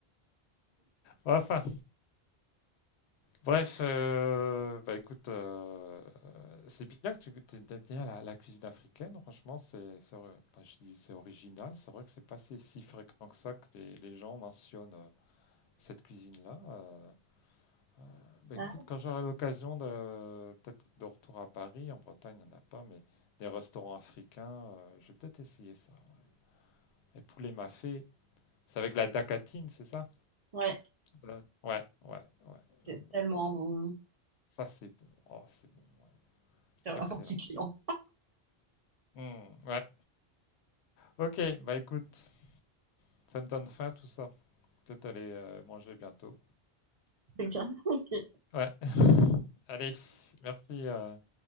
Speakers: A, on the left (about 85°); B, on the right (about 45°).
A: Enfin, bref, euh, bah écoute, euh, c'est bien que tu aimes bien la, la cuisine africaine. Franchement, c'est, c'est ori- enfin, je dis c'est original. C'est vrai que c'est pas si si fréquent que ça que les, les gens mentionnent euh, cette cuisine-là. euh. Euh, Bah,
B: Ah,
A: écoute, quand j'aurai l'occasion de peut-être de retour à Paris, en Bretagne, il n'y en a pas, mais des restaurants africains, euh, je vais peut-être essayer ça. ouais. Et poulet mafé, c'est avec la dacatine, c'est ça?
B: ouais,
A: Euh, Ouais, ouais, ouais.
B: c'est
A: Euh,
B: tellement bon.
A: Ça, c'est bon. Oh, c'est bon. ouais.
B: C'est vraiment
A: Excellent.
B: succulent.
A: Hmm, ouais. Ok, bah écoute, ça me donne faim tout ça. Peut-être aller euh, manger bientôt.
B: C'est bien. <laughs> Ok,
A: Ouais. <laughs> Allez, merci euh,